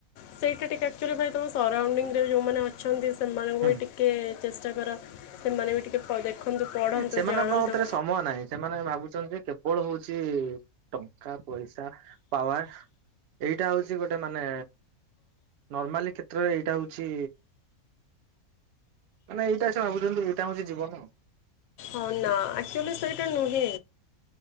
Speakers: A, on the left (about 75°); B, on the right (about 65°).
A: ସେଇଟା ଟିକେ ଆକ୍ଚୁଆଲି ଭାଇ ତମ ସରାଉଣ୍ଡିଂରେ ଯୋଉମାନେ ଅଛନ୍ତି ସେମାନଙ୍କୁ
B: ହୁଁ
A: ଭି ଟିକେ ଚେଷ୍ ଚ କର ସେମାନେ ବି ଟିକେ ପ ଦେଖନ୍ତୁ ପଢ଼ନ୍ତୁ
B: ସେମାନଙ୍କ
A: ଜାଣନ୍ତୁ
B: ହାତରେ ସମୟ ନାହିଁ ସେମାନେ ଭାବୁଛନ୍ତି କେବଳ ହଉଛି ଟଙ୍କା ପଇସା ପାୱାର ଏଇଟା ହଉଛି ଗୋଟେ ମାନେ ନର୍ମାଲି କ୍ଷେତ୍ରରେ ଏଇଟା ହଉଛି ମାନେ ଏଇଟା ସେ ଭାବୁଛନ୍ତି ଏଇଟା ହଉଛି ଜୀବନ।
A: ହଁ ନା ଆକ୍ଚୁଆଲି ସେଇଟା ନୁହେଁ